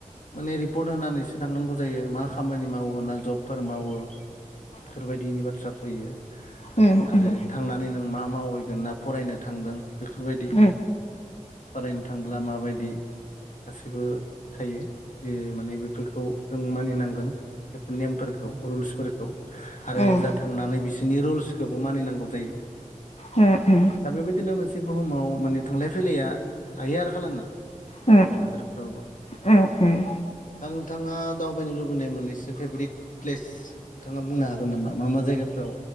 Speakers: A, on the left; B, on the left.
A: माने रिपर्ट होनानैसो थांनांगौ जायो मा खामानि मावो मा जबफोर मावो बेफोरबायदिनि बाथ्रा फैयो।
B: उम
A: आरो
B: उम उम
A: थांनानै नों मा मावैगोन ना फरायनो थांदों बेफोरबायदि।
B: उम
A: फरायनो थांब्ला माबायदि गासिबो थायो माने बेफोरखौ जों मानिनांगोन। बेफोर नेमफोरखौ रुल्सफोरखौ आरो
B: उम
A: ओजा थांनानै बिसोरनि रुल्सखौबो मानिनांगौ जायो।
B: उम उम
A: दा बेबायदिनो मोनसे बुहुमाव माने थांलाय फैलाया हायो आरो खालामनो
B: उम
A: गुबुन हादरफोरावबो।
B: उम उम
A: दा नोंथाङा दावबायनो लुबैनाय मोननैसो फेभरेट प्लेस नोंथाङा बुंनो हागोन नामा मा मा जायगा? औ